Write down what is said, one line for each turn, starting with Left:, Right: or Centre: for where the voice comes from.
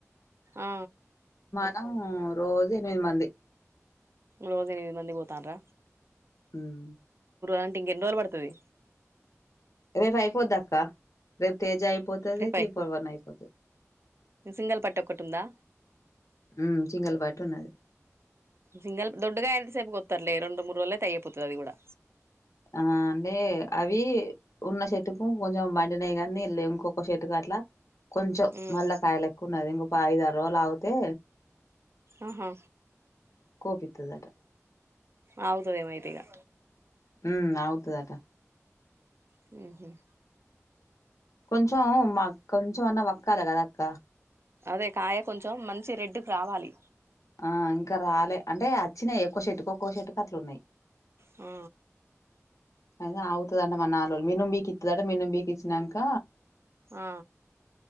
Right: ఆ
Left: ఆ రోజు ఎనిమిది మంది
Right: రోజు ఎనిమిది మంది పోతండ్ర
Left: హమ్
Right: అంటే ఇంకెన్ని రోజులు పడుతది
Left: రేపు అయిపోద్దాక్క రేపు తేజ అయిపో పోతాది
Right: రేపు
Left: త్రీ
Right: అయిపో
Left: ఫోర్ వన్ అయిపోతది
Right: సింగల్ పట్టు ఒక్కటి ఉందా
Left: హమ్ సింగల్ బట్ నున్నది
Right: సింగల్ దొండకాయ ఎంతసేపూ కోస్తారులే రెండు మూడు రోజల అయితే అయిపోతది అది కూడా
Left: ఆ అంటే అవి ఉన్న చెట్టుకు కొంచెం పండినాయి కానీ ఇంకొక చెట్కు అట్ల కొంచెం
Right: ఉమ్
Left: మల్ల కాయలు ఎక్కువ ఉన్నది ఇంకొ అయిదుదారు రోజులు ఆగితే
Right: ఆహా
Left: కోపితది అట
Right: అవుదుదేమైతేగా
Left: హ అవుతాదటా
Right: హమ్ హమ్
Left: కొంచం మా కొంచెం అన్న వక్కలీ కద అక్క
Right: అదే కాయ కొంచెం మంచి రెడ్డుగ రావాలి
Left: ఆ ఇంకా రాలే అంటే వచ్చినాయి ఎక్క్కో చెట్టుకి ఒక్కో చెట్టుకు అట్లున్నాయి
Right: ఆ
Left: అద అవుతాడంట మాన రోజు మినుం బికిస్తాడంట మినుం బీ కిచ్చినాక
Right: ఆ